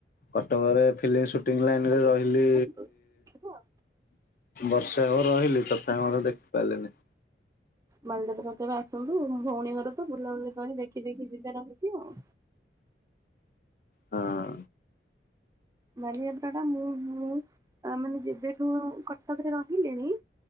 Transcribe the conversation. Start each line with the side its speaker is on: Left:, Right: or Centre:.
Left: କଟକ ରେ ଫିଲ୍ମ ସୁଟିଂ
Right: ଆସନ୍ତୁ
Left: ଲାଇନ୍ ରେ ରହିଲି
Right: ଦେଖିବ ଆଉ।
Left: ବର୍ଷେ ହବ ରହିଲି ତଥାପି ମଧ୍ୟ ଦେଖିପାରିଲିନି।
Right: ବାଲିଯାତ୍ରାକୁ କେବେ ଆସନ୍ତୁ, ଭଉଣୀ ଘର ତ ବୁଲାବୁଲି କରି ଦେଖି-ଦେଖି ଯିବେ ରହିକି ଆଉ।
Left: ହଁ।
Right: ବାଲିଯାତ୍ରା ଟା ମୁଁ-ମୁଁ ମାନେ ଯେବେଠୁ କଟକରେ ରହିଲିଣି